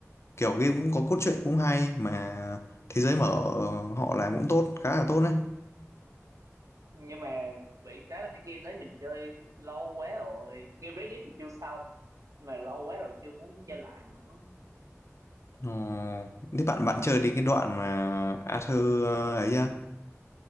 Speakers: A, on the left (about 55°); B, on the right (about 80°).
A: kiểu game cũng có cốt truyện cũng hay mà thế giới mở ờ, họ làm cũng tốt khá là tốt đấy
B: Nhưng mà bị cái là mấy game đấy mình chơi lâu quá rồi. Game Red Dead thì chưa xong mà lâu quá rồi chưa muốn chơi lại nữa.
A: Ờ, thế bạn bạn chơi đến cái đoạn mà Arthur ờ, ấy chưa?